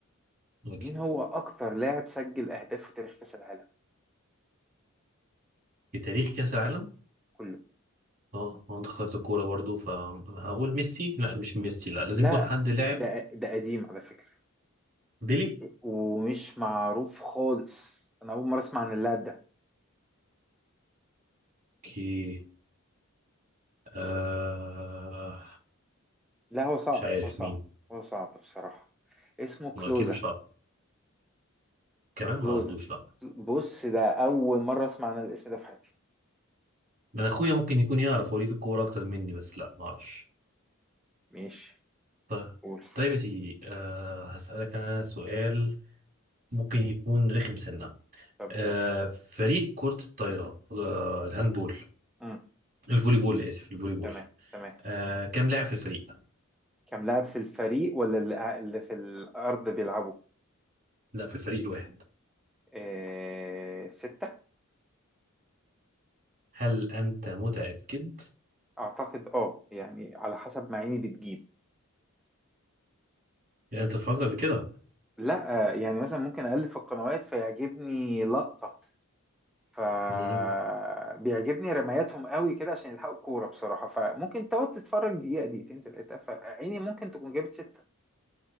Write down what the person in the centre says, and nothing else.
مين هو اكتر لاعب سجل اهداف في تاريخ كأس العالم
كله
لا
ده ده قديم على فكرة
ومش معروف خالص انا اول مره اسمع عن اللاعب ده
لا هو صعب
هو صعب
هو صعب بصراحه اسمه
كلوزا
كلوزا
بص ده اول مره اسمع عن الاسم ده في حياتي
ماشي
قول
طب قول
امم
تمام تمام
كم لاعب في الفريق ولا اللي اللي في الارض بيلعبوا
آه... سته
اعتقد اه يعني على حسب ما عيني بتجيب
لا آه، يعني مثلا ممكن اقلب في القنوات فيعجبني لقطه فبيعجبني
رمياتهم قوي كده عشان يلحقوا الكوره بصراحه فممكن تقعد تتفرج دقيقه دقيقتين ثلاثه فعيني ممكن تكون جابت سته